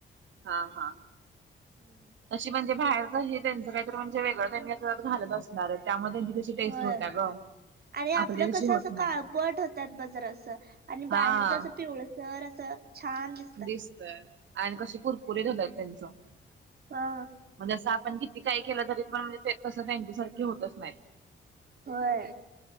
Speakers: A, on the right; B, on the right.
A: हा हा
B: हम्म
A: तशी म्हणजे बाहेर का त्यांच काही म्हणजे वेगळं त्यांनीत घालत असणार त्यामुळे त्यांची तशी टेस्ट
B: होय
A: होत्या ग
B: आणि आपलं
A: आपली तशी
B: कसं
A: होत
B: असं
A: नाही
B: काळपट होतात बग जरासं आणि
A: हा
B: बाहेरच असं पिवळ जर असं छान दि
A: दिसतय आणि कशी कुरकुरीेत होतात त्यांच म्हणजे
B: हा
A: असं आपण किती काही केलं तरी पण म्हणजे कसं त्यांच्यासारखे होतच नाही
B: होय